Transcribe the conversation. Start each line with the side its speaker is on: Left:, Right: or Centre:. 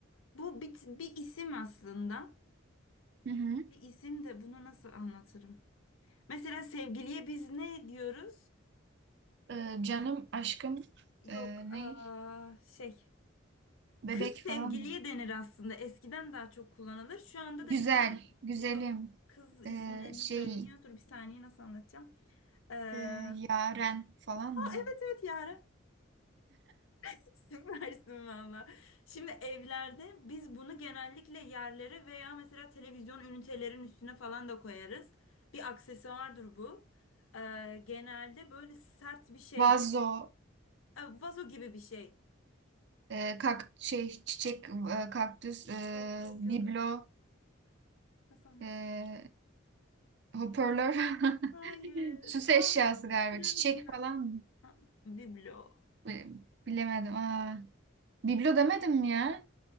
Left: Bu bir, bir isim aslında.
Right: Hı hı.
Left: Bir isim de bunu nasıl anlatırım? Mesela sevgiliye biz ne diyoruz?
Right: Ee, canım, aşkım, e,
Left: Yok,
Right: ne?
Left: aa, şey.
Right: Bebek
Left: Kız sevgiliye
Right: falan mı?
Left: denir aslında. Eskiden daha çok kullanılır. Şu anda
Right: Güzel,
Left: da bir tane
Right: güzelim,
Left: e, yok kız
Right: e,
Left: isimlerini
Right: şey,
Left: söyleniyor. Dur bir saniye nasıl anlatacağım? Ee, aa
Right: e, yaren falan mı?
Left: evet evet Yara. <laughs> Süpersin valla. Şimdi evlerde biz bunu genellikle yerlere veya mesela televizyon ünitelerin üstüne falan da koyarız. Bir aksesuardır bu. Ee, genelde böyle sert bir şey.
Right: Vazo,
Left: e, Vazo gibi bir şey.
Right: e, kak, şey, çiçek, e, kaktüs, e,
Left: Yok yok
Right: biblo,
Left: yok. Ee, Hasan
Right: e,
Left: nasıl? anlasın?
Right: hoparlör, <laughs>
Left: Hayır.
Right: süs
Left: Al.
Right: eşyası galiba,
Left: Süre
Right: çiçek
Left: bitiyor.
Right: falan mı?
Left: Aa, Biblo.
Right: Bi- Bilemedim. Aa, biblo demedim mi ya?